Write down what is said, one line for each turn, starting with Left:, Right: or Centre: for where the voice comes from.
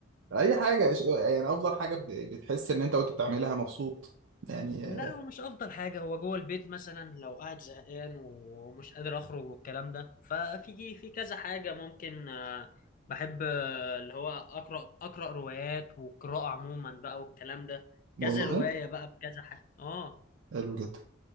Right: اي حاجة ش- يعني افضل حاجة ب- بتحس ان انت وانت بتعملها مبسوط يعني
Left: لا
Right: آه،
Left: هو مش افضل حاجه هو جوه البيت مثلا لو قاعد زهقان ومش قادر اخرج والكلام ده ففي في كذا حاجه ممكن آه، بحب آه، اللي هو اقرا اقرا روايات والقراءه عموما بقى والكلام ده
Right: والله
Left: كذا روايه بقى بكذا حاجه اه
Right: حلو جدا